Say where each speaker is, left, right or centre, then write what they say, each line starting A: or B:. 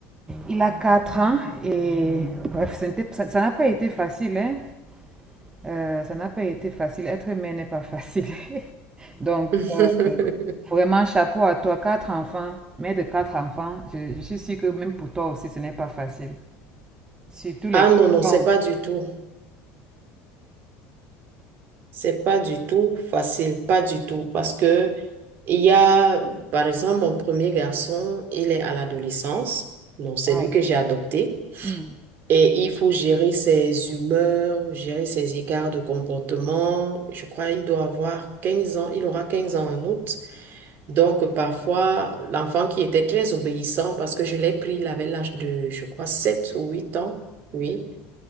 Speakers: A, on the right; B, on the right.
A: Il a 4 ans et bref, ce ça ça n'a pas été facile, hein? Euh, ça n'a pas été facile. Être mère n'est pas facile. <laughs> Donc,
B: <laughs>
A: euh, vraiment, chapeau à toi, quatre enfants, mère de quatre enfants. Je, je suis sûre que même pour toi aussi, ce n'est pas facile. Surtout les
B: Ah
A: garçons.
B: non, non, c'est pas du tout. C'est pas du tout facile, pas du tout, parce que il y a, par exemple, mon premier garçon, il est à l'adolescence, donc c'est
A: Wow.
B: lui que j'ai adopté,
A: Mm.
B: et il faut gérer ses humeurs, gérer ses écarts de comportement. Je crois il doit avoir 15 ans, il aura 15 ans en août. Donc parfois, l'enfant qui était très obéissant, parce que je l'ai pris, il avait l'âge de, je crois, 7 ou 8 ans, oui,